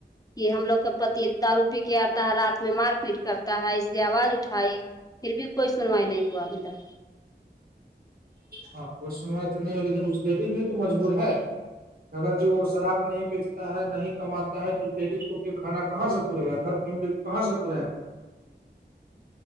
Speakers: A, on the left; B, on the right.
A: یہ ہم لوگ کے پتی دار کیا آتا ہے رات میں مار پیٹ کرتا ہے اسے آواز اٹھائی پھر بھی کوئی سنوائی نہیں ہوا ابھی تک
B: ہاں کوئی سنوائی تو نہیں ہو لیکن اس دے دی تو مجبور ہے اگر جو وہ شراب نہیں بیچ ہے نہیں کماتا ہے تو لیڈیز کو پھر کھانا کہاں سے پورے گا گھر فیملی کو کہاں سے پوراائے گا